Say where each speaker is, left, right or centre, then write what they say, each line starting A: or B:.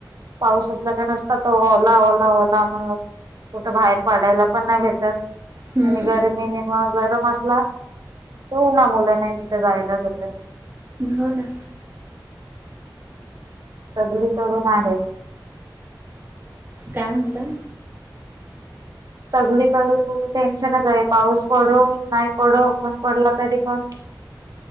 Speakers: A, on the right; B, on the right.
A: पाऊस असला का नसता तो ओला ओला ओला कुठं बाहेर पाडायला पण नाही भेटत
B: हम्म.
A: आणि गरमीने गरम अस हो ना ऊण्हामुळ नाही तिथं जायला जमतं.
B: हो ना
A: सगली करुन आहेत
B: काय म्हणता?
A: सगळीकडून टेन्शनच आहे पाऊस पडो नाही पडो नाही पडला तरी पण